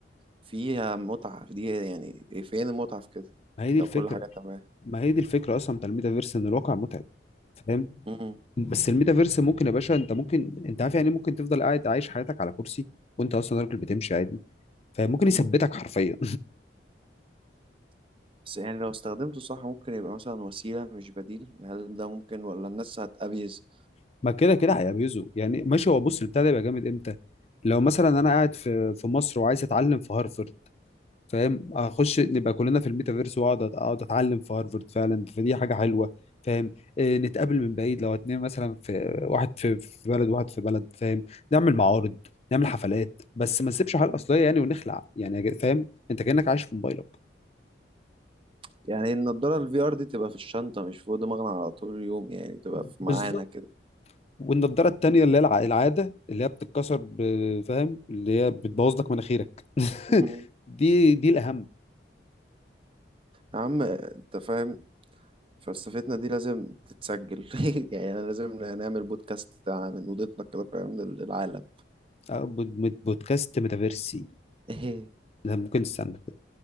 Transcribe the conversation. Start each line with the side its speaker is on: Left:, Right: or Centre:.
Right: فيها متعة دي يعني ايه فين المتعة في كده
Left: ما هي دي
Right: لو
Left: الفكره
Right: كل حاجة تمام
Left: ما هي دي الفكره اصلا بتاع الميتافيرس ان الواقع متعب فاهم
Right: مم.
Left: بس الميتافيرس ممكن يا باشا انت ممكن انت عارف يعني إيه ممكن تفضل قاعد عايش حياتك على كرسي وانت اصلا راجل بتمشي عادي فممكن
Right: مم.
Left: يثبتك حرفيا
Right: بس يعني لو استخدمته صح ممكن يبقى مثلا وسيلة مش بديل هل ده ممكن ولا الناس هتأبيز
Left: <laughs> ما كده كده هيبيزه يعني ماشي هو بص البتاع ده يبقى جامد امتى لو مثلا انا قاعد في في مصر وعايز اتعلم في هارفرد فاهم اخش نبقى كلنا في الميتافيرس واقعد أت- اقعد اتعلم في هارفرد فعلا فدي حاجه حلوه فاهم إيه نتقابل من بعيد لو اتنين مثلا في واحد في في بلد واحد في بلد فاهم نعمل معارض نعمل حفلات بس ما نسيبش حاجه
Right: مم.
Left: اصليه يعني ونخلع يعني يا جد- فاهم انت كانك عايش في موبايلك
Right: يعني النضارة الفي ار دي تبقى في الشنطة مش فوق دماغنا على طول اليوم يعني تبقى
Left: بالظبط
Right: في معانا كده
Left: والنضاره التانيه اللي هي الع- العاده اللي هي بتتكسر ب- فاهم اللي هي بتبوظ لك مناخيرك <laughs>
Right: مهم.
Left: دي دي الاهم
Right: يا عم انت فاهم فلسفتنا دي لازم تتسجل <laughs> يعني انا لازم نعمل بودكاست من اوضتنا كده فاهم لل- للعالم
Left: أه، بود- بود- بودكاست ميتافيرسي
Right: <laughs>
Left: ده ممكن استنى كده